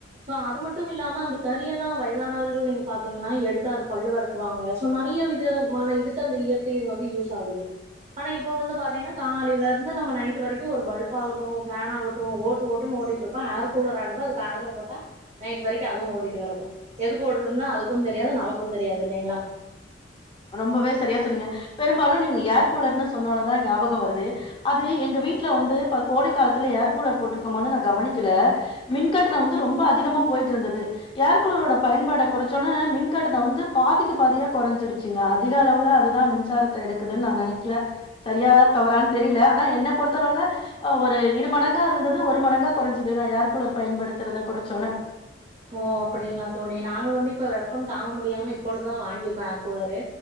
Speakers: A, on the right; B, on the left.
A: சோ அது மட்டுமில்லாம அந்த கறியெல்லா வயதானவர்கள் நீங்க பாத்தீங்கன்னா எடுத்து அத பல்லு விளக்குவாங்க சோ நெறைய விதமான இதுக்கு அந்த இயற்கை இது வந்து யூஸ் ஆகுது ஆனா இப்ப வந்து பாத்தீங்கனா காலையில இருந்து நம்ம நைட் வரைக்கு ஒரு பல்ப் ஆகட்டு ஃபேன் ஆகட்டு ஓட்டு ஓட்டுன்னு ஓடிட்டு இருப்போ ஏர் கூலர் ஆகட்டு அது காலையில போட்டா நைட் வரைக்கு அதுவு ஓடிட்டுக்கெடக்கு எதுக்கு ஓடுதுன்னா அதுக்கு தெரியாது நமக்கு தெரியாது இல்லேங்களா
B: ரொம்பவே செரியா சொன்னீங்க பெரும்பாலு நீங்க ஏர் கூலர்ன்னு சொன்னோன தா ஞாபக வருது அது எங்க வீட்ல வந்து இப்ப கோடை காலத்துல ஏர் கூலர் போட்டுருக்கும்போது நா கவனிக்கல மின்கட்டண வந்து ரொம்ப அதிகமா போயிட்டுருந்தது ஏர்கூலரோட பயன்பாட கொறைச்சோன்னே மின்கட்டண வந்து பாதிக்கு பாதியா கொறைஞ்சிடுச் சிங்க அதிக அளவுல அதுதா மின்சாரத்த எடுக்குதுன்னு நா நெனைக்கிறே சரியா தவறான்னு தெரியில ஆனா என்ன பொறுத்தளவுல ஒரு இரு மடங்கா இருந்தது ஒரு மடங்கா கொறஞ்சது நா ஏர் கூலர் பயன்படுத்துறத கொறச்சோன்ன
A: ஓ அப்படிங்களா தோழி நாங்க வந்து இப்ப வெப்ப தாங்க முடியாம இப்பொழுதுதா வாங்கியிருக்கோ ஏர் கூலரு